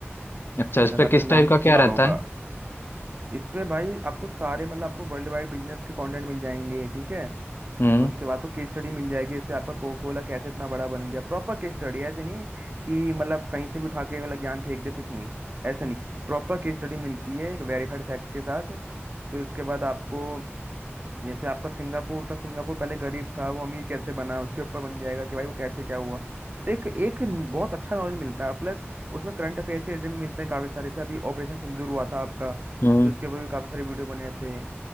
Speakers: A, on the left; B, on the right.
A: अच्छा इस
B: शायद
A: पे किस
B: आपने
A: टाइप
B: नाम
A: का
B: सुना
A: क्या रहता
B: होगा
A: है
B: इस पे भाई आपको सारे मतलब आपको वर्ल्ड वाइड बिजनेस के कंटेंट मिल जाएंगे ठीक है
A: हम्म
B: और उसके बाद तो केस स्टडी मिल जाएगी जैसे आपका कोको कोला कैसे इतना बड़ा बन गया प्रॉपर केस स्टडी ऐसे नहीं कि मतलब कहीं से भी उठा के मतलब ज्ञान फेंक दे कुछ नहीं ऐसा नहीं प्रॉपर केस स्टडी मिलती है एक वेरीफाइड फैक्ट के साथ फिर उसके बाद आपको जैसे आपका सिंगापुर था सिंगापुर पहले गरीब था वो अमीर कैसे बना उसके ऊपर बन जाएगा कि भाई वो कैसे क्या हुआ तो एक एक न- बहुत अच्छा नॉलेज मिलता है प्लस उसमें करंट अफेयर से रिलेटेड भी मिलते हैं काफ़ी सारे से अभी ऑपरेशन सिंदूर हुआ था आपका
A: हम्म
B: तो उसके ऊपर भी काफ़ी सारे वीडियो बने थे